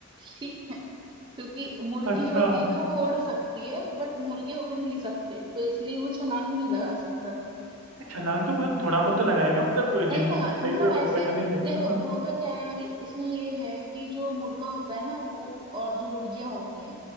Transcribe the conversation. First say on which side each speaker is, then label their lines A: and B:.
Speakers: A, on the right (about 20°); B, on the right (about 80°).
A: ठीक है क्योंकि मुर्गी
B: अच्छा
A: जो होती है ना वो उड़ सकती है बट मुर्गे उड़ नहीं सकते तो इसलिए वो छलांग भी नहीं लगा सकता
B: ये छलांग तो मतलब थोड़ा बहुत तो लगाएगा मतलब जिन
A: नहीं लगा
B: जिंदगी
A: मतलब
B: भर
A: ऐसे
B: वही बैठा नहीं रहेगा
A: देखो होता क्या है अभी इसमें ये है कि जो मुर्गा होता है ना वो और जो मुर्गियां होती हैं